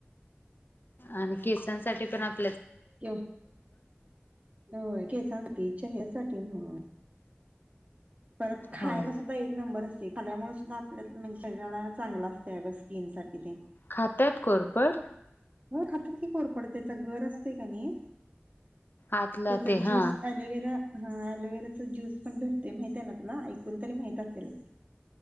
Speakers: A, on the left (about 55°); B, on the right (about 35°).
A: आणि केसांसाठी पण आप
B: क होय केसांठीच त्याझ्यासाठी म्हण परत खायला
A: होय.
B: सुद्धा एक नंबर असं खाल्यामुळे सुद्धा आपल्यात म्हणजे शरीराला चांगलं असतंय अग स्किन साठी तेन
A: खात्यात कोरपड
B: होय खात्यात की कोरपड त्याचा गर असतय कनाई
A: आतला
B: त्याचा
A: ते
B: ज्यूस
A: हा
B: एलोवेरा हां, ऍलोवेराचा ज्यूस पण भेटतोय माहितेना तुला ऐकून तरी माहित असेलच